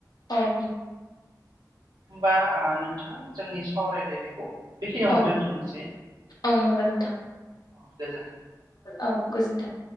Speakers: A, on the left; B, on the right.
A: औ
B: होमबा नोंथां ओ जोंनि सावरायलायनायखौ बेखिनियावनो
A: औ
B: दोनथ'नोसै
A: औ नंगोन नोंथां
B: औ गोजोन्थों
A: औ गोजोन्थों